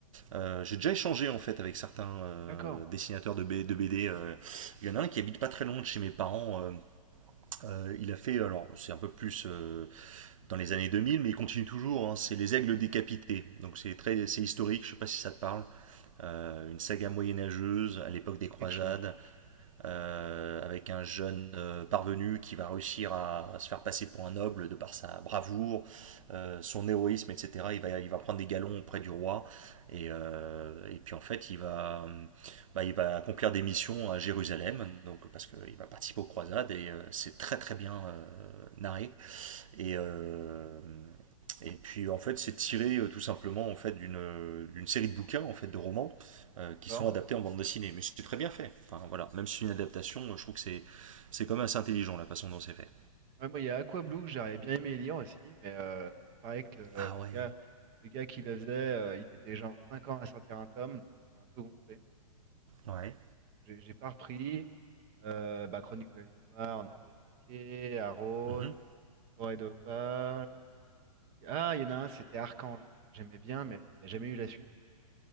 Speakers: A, on the right (about 60°); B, on the right (about 20°).
A: Euh, j'ai déjà échangé en fait avec certains euh,
B: D'accord,
A: dessinateurs de, B- de BD. euh. Il y en a un qui habite pas très loin de chez mes parents, euh, euh, il a fait, alors c'est un peu plus euh, dans les années 2000, mais il continue toujours, hein, c'est Les Aigles décapités. Donc c'est très c'est historique, je sais pas si ça te parle. Euh, une saga
B: ça me
A: moyenâgeuse à l'époque des
B: dit
A: croisades
B: quelque chose.
A: euh, avec un jeune euh, parvenu qui va réussir à, à se faire passer pour un noble de par sa bravoure, euh, son héroïsme, etc. Il va, il va prendre des galons auprès du roi. Et, euh, et puis en fait, il va, euh, bah, il va accomplir des missions à Jérusalem, donc, parce qu'il va participer aux croisades, et euh, c'est très très bien euh, narré. Et, euh, et puis en fait, c'est tiré euh, tout simplement en fait d'une euh, d'une série de bouquins en fait de romans euh,
B: D'accord.
A: qui sont adaptés en bande dessinée. Mais c'est très bien fait. Enfin voilà, même si c'est une adaptation, euh, je trouve que c'est c'est quand même assez intelligent la façon dont c'est fait.
B: Ouais, moi, il y a Aqua Blue que j'aurais bien aimé lire aussi, mais euh, il paraît que le,
A: Ah
B: le
A: ouais.
B: gars, le gars qui le faisait, euh, il mettait genre 5 ans à sortir un tome, donc ça m'a un peu gonflé.
A: Ouais.
B: Donc, J'ai j'ai pas repris. Euh, bah, Chronique de la Lune Noire, on a déjà évoqué. Aaron,
A: Mhm.
B: Forêt d'Opale. Ah, il y en a un, c'était Archange. J'aimais bien, mais il n'y a jamais eu la suite.